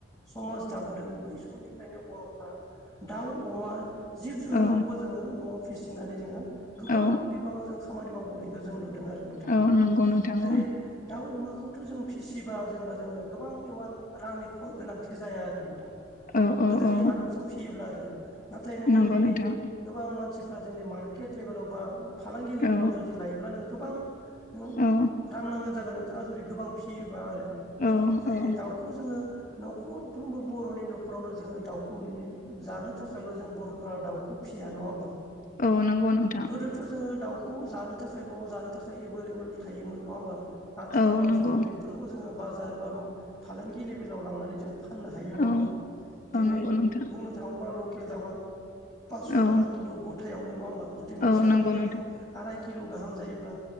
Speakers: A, on the left; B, on the left.
A: समाज दाबोदों बै समनिफ्रायनो बर'फ्रा दाउ अमा जिब जुनारखौबो
B: औ
A: जोङो न'आव फिसिनानै जोङो गोबां
B: औ
A: बिबाङाव जों खामानि मावबोनाय जों नुदों आरो नोंथां
B: औ नंगौ नोंथां
A: जेरै
B: औ
A: दाउ अमाखौ थ' जों फिसिबा जेनेबा जोङो गोबां इमान रांनि गोनांथि जाया आरो नोंथां।
B: औ औ
A: गोदोनि
B: औ
A: आदबजों फियोब्ला आरो नाथाय नोङो
B: नंगौ
A: दिनै
B: नोंथां
A: गोबां मानसिफ्रा जोंनि मार्केट लेभेलाव बा फालांगि लेभेलाव
B: औ
A: जुदि लायोब्ला नों गोबां नों
B: औ
A: रां नांगोन जागोन नोंथाङा जुदि गोबां फियोबा आरो
B: औ
A: जेरै
B: औ
A: दाउखौ जोङो न'खरफ्रोमबो बर'नि न' न'खरावनो जोङो दाउखौ नुयो जानो थाखायल' जों बर'फ्रा दाउखौ फिया नङा होमबा
B: औ नंगौ नोंथां
A: गोदोथ' जोङो दाउ खौ जानो थाखाय न'आव जानो थाखाय एभलेबल थायोमोन नङा होमबा आथिखालाव
B: औ नंगौ
A: जोङो बे बेफोरखौ जोङो बाजार बा फालांगि लेभेलाव लांनानै जोङो फाननो हायो
B: औ
A: नङा होमबा? दिनै
B: औ नंगौ नोंथां
A: बुंनो थाङोबा लकेल दाउआ पास्स'
B: औ
A: थाखा किल' गथायावनो नङा होमबा जुदि मासे
B: औ नंगौ
A: दाउआ जुदि
B: नोंथां
A: आराय किल' गाहाम जायोब्ला